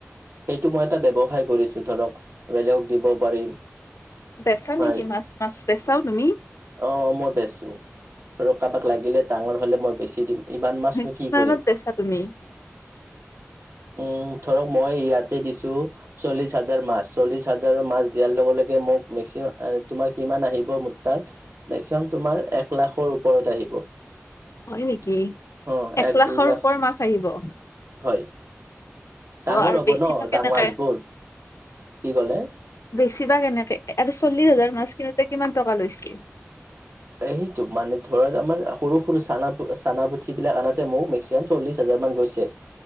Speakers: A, on the right; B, on the left.
A: সেইটো মই তাতে, ব্যৱসায় কৰিছোঁ ধৰক, বেলেগ দিব পাৰিম।
B: বেচা
A: মাৰি
B: নেকি, মাছ-মাছ বেচাও তুমি?
A: অ'! মই বেচো। ধৰক, কাৰোবাক লাগিলে, ডাঙৰ হ'লে মই বেছি দিম। ইমান মাছনো,
B: কিমানত
A: কি কৰিম!
B: বেচা তুমি
A: অ'! ধৰক, মই ইয়াতে দিছোঁ। চল্লিশ হাজাৰ মাছ, চল্লিশ হাজাৰৰ মাছ দিয়াৰ লগে, লগে মোক নিছে। তোমাৰ কিমান আহিব, মোৰ তাত? মেক্সিমাম তোমাৰ, এক লাখৰ ওপৰত আহিব।
B: হয় নেকি
A: অ'! এক-
B: লাখৰ
A: দুই লাখ।
B: ওপৰ মাছ আহিব। অ
A: হয়! ডাঙৰ
B: আৰু
A: হ'ব
B: বেচিবা
A: ন'!
B: কেনেকে?
A: ডাঙৰ মাছবোৰ। কি ক'লে
B: বেচিবা কেনেকে? আৰু চল্লিশ হাজাৰ মাছ কিনোতে, কিমান টকা লৈছিল?
A: এ, সেইটো মানে ধৰক, আমাৰ সৰু-সৰু, চানা- চানা পুঠিবিলাক আনোতে, মোৰ মেক্সিমাম, চল্লিশ হাজাৰ মান গৈছে।